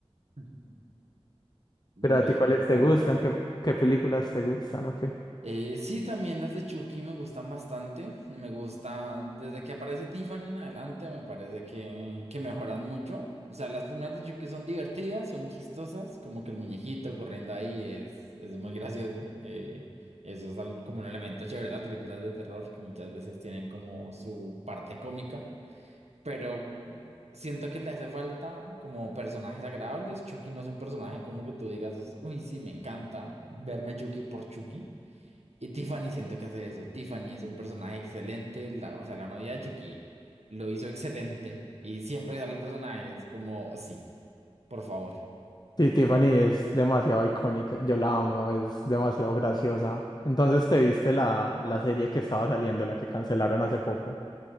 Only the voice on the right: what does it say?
Ujú. Muy
infante.
Eh, sí, también las de Chucky me gustan bastante. Me gusta, desde que aparece Tiffany en adelante, me parece que, que mejoran mucho. O sea, las primeras de Chucky son divertidas, son chistosas, como que el muñequito corriendo ahí es, es muy gracioso. Eh, eso es al- como un elemento chévere de las películas de terror, que muchas veces tienen como su parte cómica, pero siento que le hace falta como personajes agradables. Chucky no es un personaje como que tú digas, uy, sí, me encanta verme Chucky por Chucky. Y Tiffany siento que hace eso. Tiffany es un personaje excelente, la, o sea, la novia de Chucky lo hizo excelente y siempre que sale el personaje es como, sí, por favor.